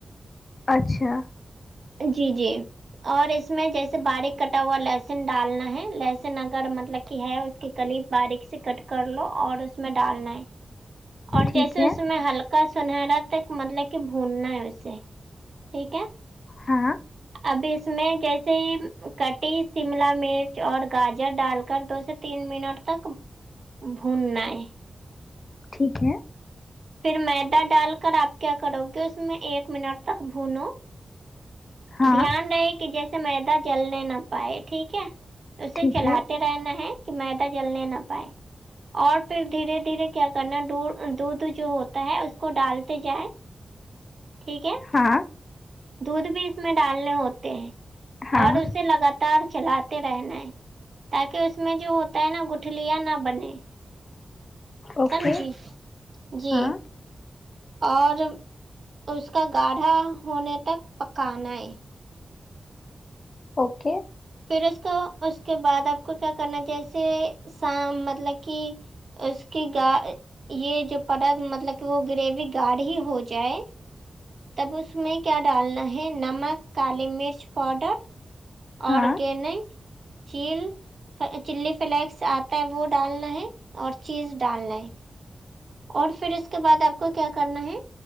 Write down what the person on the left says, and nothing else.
اچھا
ٹھیک
ہے
ہاں
ٹھیک ہے
ہاں
ٹھیک
ہے
ہاں
ہاں
اوکے
ہاں
اوکے
ہاں